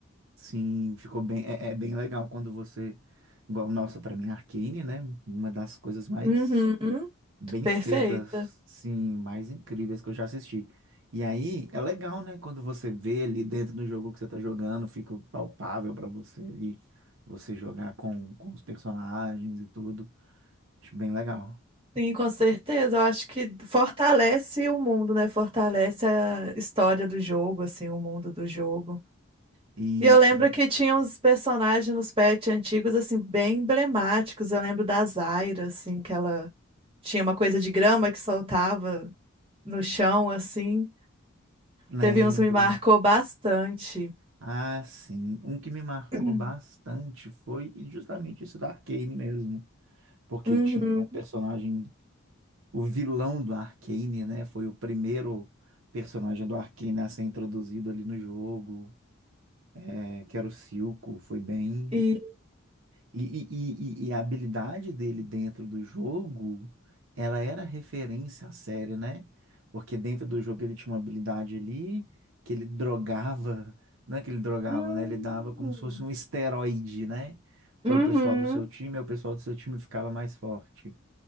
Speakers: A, on the right; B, on the right.
A: Sim, ficou bem, é, é bem legal quando você, igual, nossa, para mim Arcane, né? Uma das coisas mais
B: Uhum,
A: bem
B: perfeita.
A: feitas, sim, mais incríveis que eu já assisti. E aí é legal, né? Quando você vê ali dentro do jogo que você tá jogando, fica palpável para você ali, você jogar com, com os personagens e tudo. Acho bem legal.
B: Sim, com certeza. Eu acho que fortalece o mundo, né? Fortalece a história do jogo, assim, o mundo do jogo.
A: Isso,
B: E eu lembro que tinha uns personagens nos pets antigos, assim, bem emblemáticos. Eu lembro da Zaira, assim, que ela tinha uma coisa de grama que soltava no chão, assim.
A: lembro.
B: Teve uns que me marcou bastante.
A: Ah, sim. Um que me marcou
B: <clears throat>
A: bastante foi justamente esse da Arcane mesmo. Porque
B: Uhum,
A: tinha um personagem, o vilão do Arcane, né? Foi o primeiro personagem do Arcane a ser introduzido ali no jogo. é, que era o Silco, foi bem.
B: isso.
A: E, e, e, e a habilidade dele dentro do jogo, ela era referência à série, né? Porque dentro do jogo ele tinha uma habilidade ali que ele drogava, não é que ele drogava,
B: Hum.
A: né? Ele dava como se fosse um esteroide, né? Para
B: Uhum.
A: o pessoal do seu time, e o pessoal do seu time ficava mais forte.